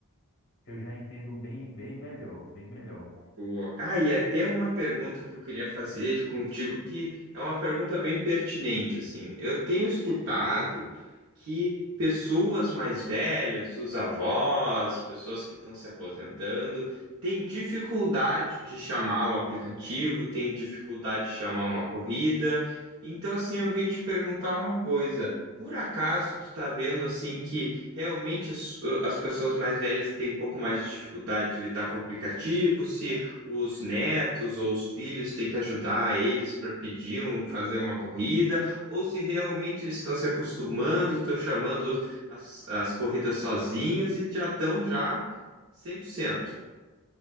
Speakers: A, on the left; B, on the right.
A: Eu já entendo bem, bem melhor, bem melhor.
B: Boa. Ah, e até uma pergunta que eu queria fazer contigo, que é uma pergunta bem pertinente, assim. Eu tenho escutado que pessoas mais velhas, os avós, pessoas que estão se aposentando, têm dificuldade de chamar o aplicativo, têm dificuldade de chamar uma corrida. Então, assim, eu vim te perguntar uma coisa. Por acaso tu tá vendo assim que realmente as, as pessoas mais velhas têm um pouco mais de dificuldade de lidar com o aplicativo, se os netos ou os filhos têm que ajudar eles para pedir, um, fazer uma corrida, ou se realmente eles estão se acostumando, estão chamando as, as corridas sozinhos e já estão já 100%.